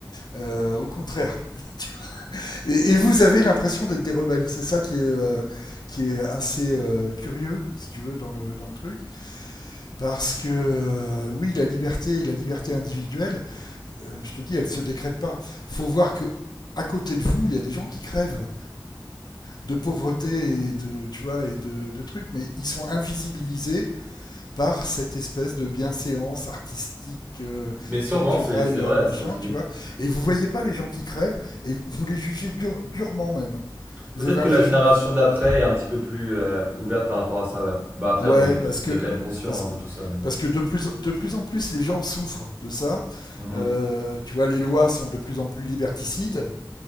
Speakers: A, on the left; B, on the right.
A: euh, au contraire. <laughs> et, et vous avez l'impression d'être des rebelles. C'est ça qui est, euh, qui est assez euh, curieux, si tu veux, dans le, dans le truc. Parce que, euh, oui, la liberté, la liberté individuelle, euh, je te dis, elle ne se décrète pas. Il Faut voir que à côté de vous, il y a des gens qui crèvent de pauvreté et de, tu vois, et de, de trucs, mais ils sont invisibilisés par cette espèce de bienséance artistique, euh,
B: Mais sûrement,
A: culturelle,
B: c'est c'est
A: euh,
B: vrai
A: machin,
B: ce que tu
A: tu
B: dis.
A: vois. Et vous voyez pas les gens qui crèvent et vous les jugez dur- durement même.
B: Peut-être
A: Vous avez
B: que
A: un
B: la
A: jugement.
B: génération d'après est un petit peu plus euh, ouverte par rapport à ça, ouais. Bah après,
A: Ouais,
B: on est,
A: parce que,
B: on est quand même conscient
A: parce,
B: hein, de tout ça, mais...
A: parce que de plus, de plus en plus, les gens souffrent de ça.
B: Mhm.
A: Euh, tu vois, les lois sont de plus en plus liberticides.